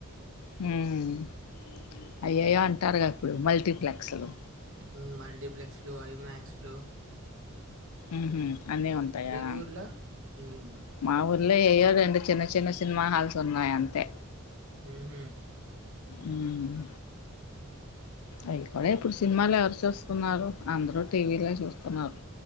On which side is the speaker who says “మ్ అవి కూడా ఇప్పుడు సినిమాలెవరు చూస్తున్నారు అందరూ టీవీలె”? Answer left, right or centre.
Left